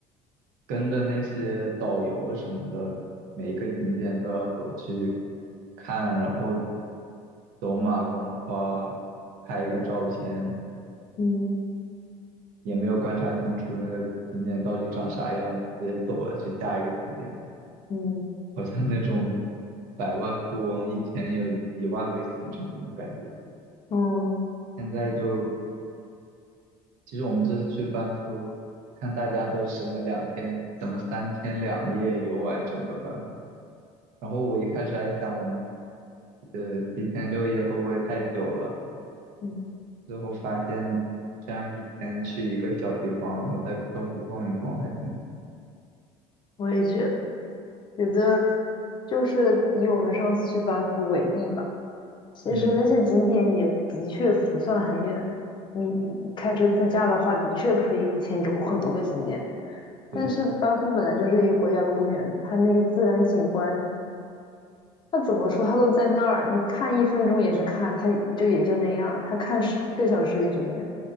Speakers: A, on the right; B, on the left.
A: 跟着那些导游什么的，每一个景点都要走去
B: 嗯。
A: 看，然后走马观花，拍一个照片，
B: 嗯
A: 也没有观察清楚那个景点到底长啥样，直接走了去下一个景点，
B: 嗯。
A: 好像那种百万富翁一天有一一万个行程那种感觉。
B: 嗯
A: 现在就，其实我们这次去班夫，看大家都什么两天，怎么三天两夜游完整个班夫。然后我一开始还想我们，呃，七天六夜会不会太久了？
B: 嗯，
A: 最后发现这样一天去一个小地方，然后再到处逛一逛，还挺，
B: 我也觉得，觉得就是以我们上次去班夫为例吧，其实那些景点也的确不算很远。
A: 嗯，
B: 你开车自驾的话，的确可以一天有很多个景点。
A: 对，
B: 但是班夫本来就是一个国家公园，它那个自然景观，它怎么说，它都在那儿，你看一分钟也是看，它就也就那样，它看十一个小时也就那样。